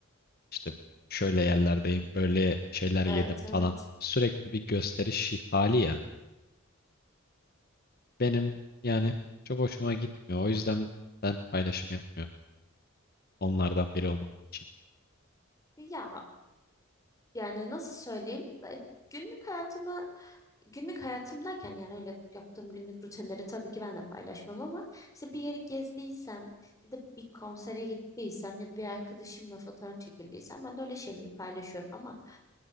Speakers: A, on the left; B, on the left.
A: İşte şöyle yerlerdeyim, böyle şeyler
B: Evet
A: yedim
B: evet.
A: falan. Sürekli bir gösteriş hali ya. benim yani çok hoşuma gitmiyor. O yüzden ben paylaşım yapmıyorum. Onlardan biri olmamak için.
B: Ya yani nasıl söyleyeyim? E, Günlük hayatıma Günlük hayatımdayken yani öyle yaptığım günlük rutinleri tabii ki ben de paylaşmam ama işte bir yeri gezdiysem ya da bir konsere gittiysem ya da bir arkadaşımla fotoğraf çekildiysem ben de öyle şeyleri paylaşıyorum ama